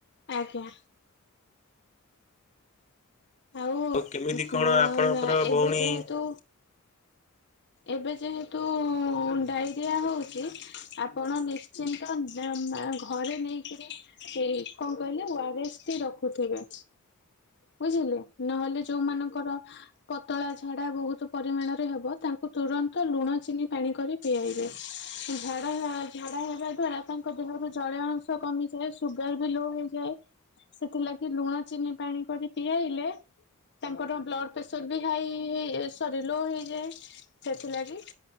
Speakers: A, on the left; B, on the left.
A: ଆଜ୍ଞା। ଆଉ
B: କେମିତି କଣ
A: ନ
B: ଆପଣଙ୍କର
A: ଏବେ
B: ଭଉଣୀ
A: ଯେହେତୁ ଏବେ ଯେହେତୁ ଡାଇରିଆ ହଉଚି ଆପଣ ନିଶ୍ଚିନ୍ ତନ୍ ଘରେ ନେଇକରି ଏଇ କଣ କହିଲେ ଓ ଆର ଏସ୍ ଟି ରଖୁଥିବେ। ବୁଝିଲେ ନହେଲେ ଯୋଉମାନଙ୍କର ପତଳା ଝାଡା ବହୁତୁ ପରିମାଣରେ ହେବ ତାଙ୍କୁ ତୁରନ୍ତ ଲୁଣ ଚିନି ପାଣି କରି ପିଆଇବେ ଝାଡା ଅ ଝାଡା ହେବା ଦ୍ଵାରା ତାଙ୍କ ଦେହରୁ ଜଳୀୟ ଅଂଶ କମିଯାଏ ସୁଗାର ବି ଲୋ ହେଇଯାଏ ସେଥିଲାଗି ଲୁଣ ଚିନି ପାଣି କରି ପିଆଇଲେ ତାଙ୍କର ବ୍ଲଡ ପେସର ବି ହାଇ ହେ ସରି ଲୋ ହେଇଯାଏ ସେଥିଲାଗି